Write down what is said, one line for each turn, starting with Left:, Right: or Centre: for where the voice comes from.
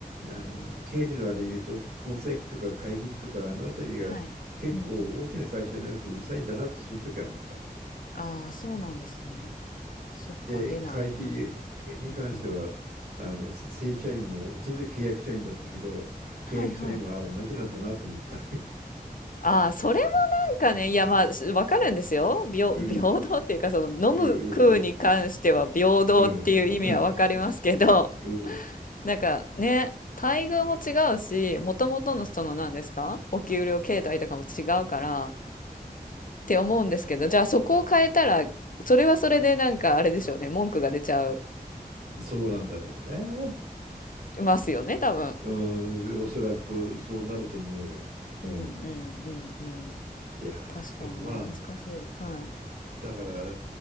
Right: あの経理のあれ言うと構成費とか会議費とかあのあたりが結構大きな会社になるとうるさいんだなってその時は思った。
Left: はい。うんうん。ああ、そうなんですね。そっか、
Right: で会費
Left: 出ないから。
Right: に関してはあの正社員もその時契約社員だったけど契約社員はあ同じなんだなと思った。
Left: うんうん。はいはい。ああ、それなんかね、いや、まあ、す分かるんですよ。平
Right: うん
Left: <laughs> 平等っていうか、その、
Right: うんうん
Left: 飲む食うに関しては平等っていう意味は分かりますけど、
Right: うんうんうんうん
Left: <laughs> なんかね、待遇も違うし、もともとのその何ですか、お給料形態とかも違うからって思うんですけど、じゃあそこを変えたら、それはそれでなんかあれでしょうね、文句が出ちゃう
Right: そうなんだろうね。
Left: ますよね、多分。
Right: うん、おそらくそう、そうなると思うよ。うん、
Left: うんうんうんうん。
Right: いやーでもまあ
Left: 確かにね、難しい。はい。
Right: だから、